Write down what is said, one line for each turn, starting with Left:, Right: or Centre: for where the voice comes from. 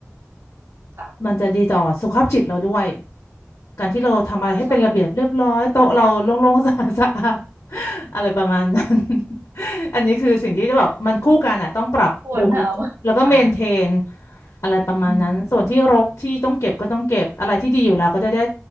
Right: ค่ะ
Left: มันจะดีต่อสุขภาพจิตเราด้วย การที่เราทำอะไรให้เป็นระเบียบเรียบร้อยโต๊ะเราโล่งๆ
Right: ใช่
Left: <laughs> สะอาดสะอาด <laughs> อะไรประมาณนั้น <laughs> อันนี้คือสิ่งที่แบบมันคู่กันอ่ะต้องปรับปรุงแล้วแล้วก็เมนเทน
Right: ควรเหนาวอ่า
Left: อะไรประมาณนั้นส่วนที่รกที่ต้องเก็บก็ต้องเก็บอะไรที่ดีอยู่แล้วก็จะได้
Right: อืม